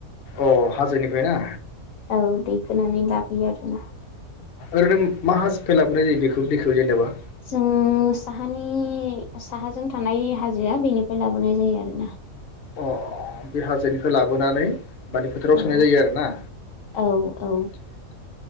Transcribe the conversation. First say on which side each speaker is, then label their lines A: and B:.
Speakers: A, on the left; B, on the left.
A: अ' हाजोनिफ्राय ना?
B: औ दैखोनानै लाबोयो आरोना।
A: ओरैनोम मा हास फे लाबोनाय जायो दैखौ बेखौ जेनेबा।
B: जों साहानि साहाजों थानाय हाजोआ बेनिफ्राय लाबोनाय जायो आरोना।
A: अ' अ' अ' बे हाजोनि फाय लाबोनानै माने फोथाराव
B: औ
A: सोनाय जायो आरोना?
B: औ औ
A: थिगैनो दं